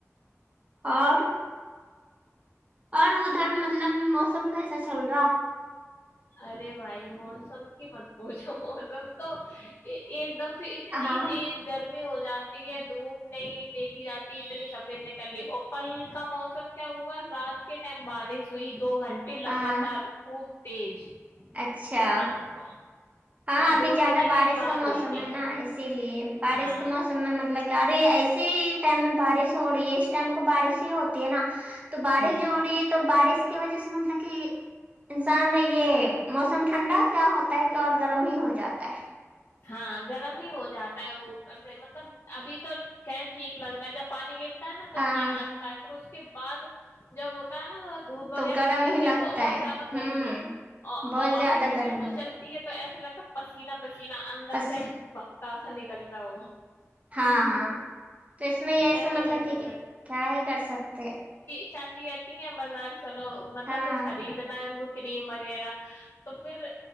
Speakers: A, on the right; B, on the left.
A: اور اور ادھر مطلب موسم کیسا چل رہا
B: ارے بھائی موسم کی مت پوچھو موسم تو ایک دم اتنی
A: ہاں
B: تیز گرمی ہو ج جاتی ہے دھوپ نہیں دیکھی جاتی اتنی سفید نکل لی اپل کا موسم کیا ہوا رات کے ٹائم بارش ہوئی دو گھنٹے لگاتار
A: ہاں
B: خوب تیز <inaudible>
A: اچھا
B: رات کو
A: ہاں ابھی
B: دو
A: زیادہ
B: بجے کے
A: بارش
B: بعد
A: کا موسم
B: ہوئی تھی
A: ہے نا اسی بارش
B: ہاں
A: کے موسم میں مطلب گڑی ایسے ہی ٹائم میں بارش ہو رہی ہے اس ٹائم کو بارش ہی ہوتی ہے نا تو بارش
B: ہوں
A: جو ہو رہی ہے تو بارش اس کی وجہ سے مطلب کہ انسان نے یہ موسم ٹھنڈا کیا ہوتا ہے کہ اور گرم ہی ہو جاتا ہے
B: ہاں گرم ہی ہو جاتا ہے اوپر سے مطلب ابھی تو ٹھیک لگ رہا ہے جب پانی گرتا ہے نا تو
A: ہاں
B: ٹھیک لگتا ہے پھر اس کو کے بعد جب ہوتا ہے نا دھوپ
A: تو
B: وغیرہ
A: گرم
B: نکلتی
A: ہی لگتا
B: ہے تو اور زیادہ گرمی
A: ہوں
B: اور
A: بہت
B: ہوا
A: زیادہ
B: بھی نہیں
A: گرمی
B: بالکل چلتی ہے ایسا لگتا پسینہ بس ا اندر
A: بس
B: سے بکاسا نک کلرا وہ
A: ہاں ہاں تو اس میں یہی
B: ایسا
A: س
B: لگنے
A: مطلب کہ کیا ہی کر سکتے
B: اچھا سی آتی ہیں بازار چلو مطلب
A: ہاں
B: کچھ خریدنا ہے ان کو کریم وغیرہ تو پھر